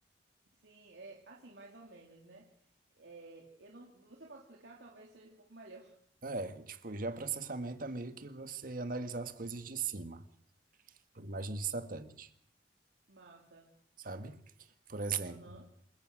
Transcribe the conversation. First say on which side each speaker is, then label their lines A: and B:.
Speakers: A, on the right; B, on the right.
A: sim, é assim, mais ou menos, né? É, eu não, você pode explicar, talvez seja um pouco melhor.
B: É, tipo, geoprocessamento é meio que você analisar as coisas de cima, por imagem de satélite,
A: Massa.
B: sabe? Por exemplo,
A: Aham.